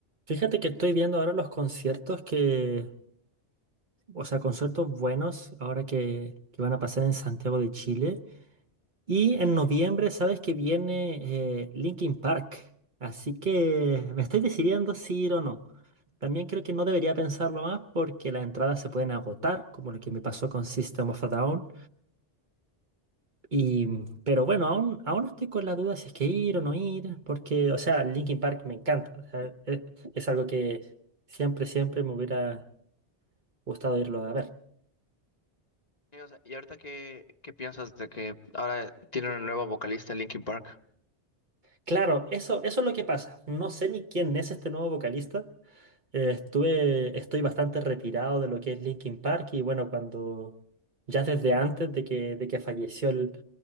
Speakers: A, on the right; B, on the left.
A: Fíjate que estoy
B: Y no sé.
A: viendo ahora los conciertos que, o sea, conciertos buenos ahora que, que van a pasar en Santiago de Chile. Y en
B: Sí.
A: noviembre, sabes que viene eh, Linkin Park. Así que me estoy decidiendo si ir o no. También creo que no debería pensarlo más porque las entradas se pueden agotar, como lo que me pasó con System of a Down. Y, pero bueno, aún, aún estoy con la duda si es que ir o no ir, porque, o sea, Linkin Park me encanta. o sea, e- es algo que siempre, siempre me hubiera gustado irlo a ver.
B: Sí, o sea, ¿y ahorita qué, qué piensas de que ahora tiene una nueva vocalista Linkin Park?
A: Claro, eso, eso es lo que pasa. No sé ni quién es este nuevo vocalista, Eh, estuve, estoy bastante retirado de lo que es Linkin Park y bueno, cuando ya desde antes de que, de que falleció el,